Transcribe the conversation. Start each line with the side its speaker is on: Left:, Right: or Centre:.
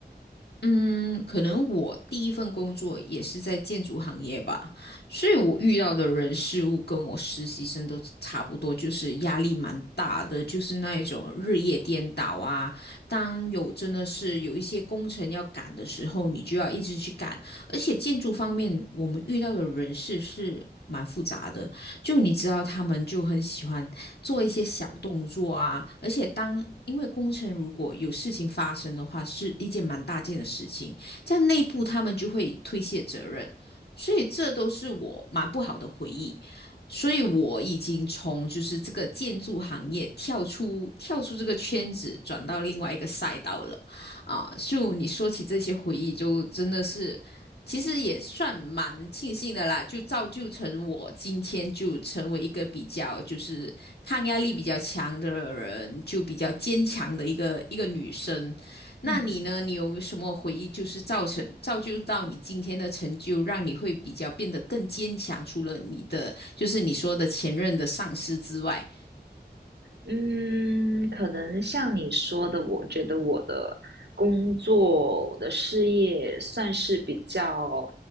Left: 嗯，可能我第一份工作也是在建筑行业吧，所以我遇到的人事物跟我实习生都差不多，就是压力蛮大的，就是那一种日夜颠倒啊。当有真的是有一些工程要赶的时候，你就要一直去赶，而且建筑方面我们遇到的人事是蛮复杂的，就你知道，他们就很喜欢做一些小动作啊，而且当因为工程如果有事情发生的话，是一件蛮大件的事情，在内部他们就会推卸责任，所以这都是我蛮不好的回忆。所以我已经从就是这个建筑行业跳出跳出这个圈子，转到另外一个赛道了啊！就你说起这些回忆，就真的是其实也算蛮庆幸的啦，就造就成我今天就成为一个比较就是抗压力比较强的人，就比较坚强的一个一个女生。
Right: 嗯
Left: 那你呢？你有没有什么回忆，就是造成造就到你今天的成就，让你会比较变得更坚强？除了你的就是你说的前任的上司之外，
Right: 嗯，可能像你说的，我觉得我的工作、我的事业算是比较